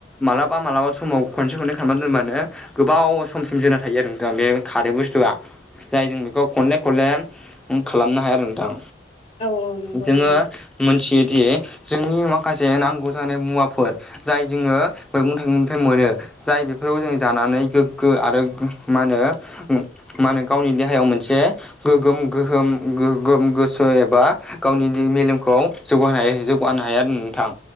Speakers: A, in the centre; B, on the left.
A: मालाबा मालाबा समाव खनसे खननै खालामना दोनबानो गोबाव समसिम जोना थायो आरो नोंथाङा बे खारै बुसथुया ‌‌ जाय जों बेखौ खनले खनले खालामनो हाया आरो नोंथां
B: औ औ नंगौ
A: जोङो
B: नोंथां
A: मोनथियोदि जोंनि माखासे नांगौ जानाय मुवाफोर जाय जोङो मैगं थाइगंनिफ्राय मोनो जाय बेफोरखौ जों जानानै गो आरो मा होनो मा होनो गावनि देहायाव मोनसे गोगोम गोहोम गोसो एबा गावनि मेलेमखौ जौगा जौगानो हायो आरो नोंथां।